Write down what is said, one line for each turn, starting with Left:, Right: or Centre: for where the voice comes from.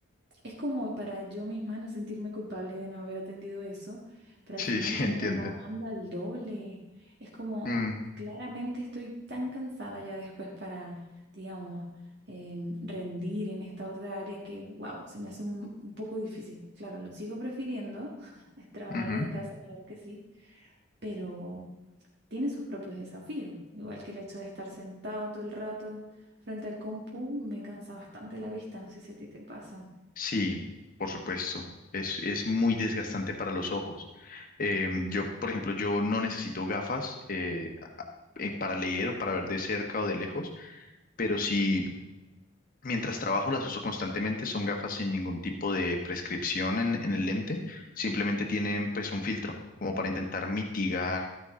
Right: es como para yo misma no sentirme culpable de no haber atendido eso, pero
Left: Sí,
Right: al final
Left: <laughs> sí,
Right: termino
Left: entiendo.
Right: trabajando al doble. Es como,
Left: Mm,
Right: claramente estoy tan cansada ya después para, digamos, em, rendir en esta otra área que, wow, se me hace un, un poco difícil. Claro, lo sigo prefiriendo, <laughs> trabajar
Left: ujú.
Right: desde casa, claro que sí pero tiene sus propios desafíos. Igual que el hecho de estar sentado todo el rato frente al compu me cansa bastante la vista, no sé si a ti te pasa.
Left: Sí, por supuesto. Es, es muy desgastante para los ojos. Eh, yo, por ejemplo, yo no necesito gafas eh, eh, para leer o para ver de cerca o de lejos, pero sí, mientras trabajo las uso constantemente, son gafas sin ningún tipo de prescripción en, en el lente, simplemente tienen pues un filtro como para intentar mitigar